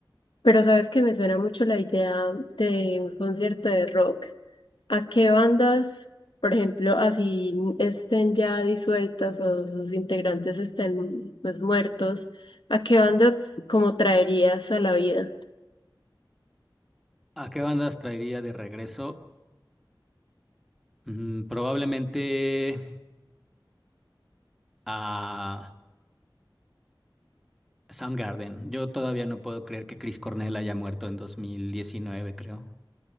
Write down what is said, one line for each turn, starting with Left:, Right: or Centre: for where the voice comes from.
Left: Pero sabes que me suena mucho la idea de un concierto de rock. ¿A qué bandas, por ejemplo, así estén ya disueltas o sus integrantes estén pues muertos, a qué bandas como traerías a la vida?
Centre: ¿A qué bandas traería de regreso? Mm, probablemente a Soundgarden. Yo todavía no puedo creer que Chris Cornell haya muerto en 2019, creo.